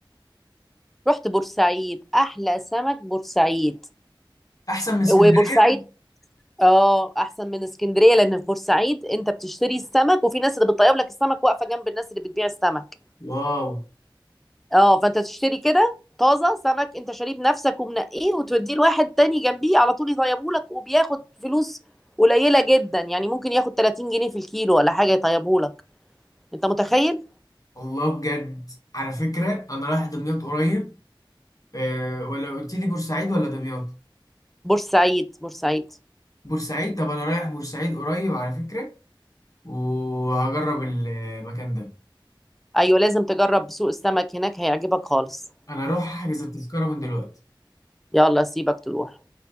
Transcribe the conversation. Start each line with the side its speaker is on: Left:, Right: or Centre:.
Centre: رحت بورسعيد احلى سمك بورسعيد
Left: احسن من اسكندرية
Centre: وبورسعيد اه احسن من اسكندرية لان في بورسعيد انت بتشتري السمك وفي ناس اللي بتطيب لك السمك واقفة جنب الناس اللي بتبيع السمك
Left: واو
Centre: اه فانت تشتري كده طازه سمك انت شاريه بنفسك ومنقيه وتوديه لواحد تاني جنبيه على طول يطيبه لك وبياخد فلوس قليله جدا يعني ممكن ياخد 30 جنيه في الكيلو ولا حاجه يطيبه لك انت متخيل
Left: والله بجد على فكرة أنا رايح دمياط قريب أه ولا قلت لي بورسعيد ولا دمياط
Centre: بورسعيد بورسعيد
Left: بورسعيد طب أنا رايح بورسعيد قريب على فكرة وهجرب المكان ده
Centre: ايوه لازم تجرب سوق السمك هناك هيعجبك خالص
Left: أنا هروح أحجز التذكرة من دلوقتي
Centre: يلا سيبك تروح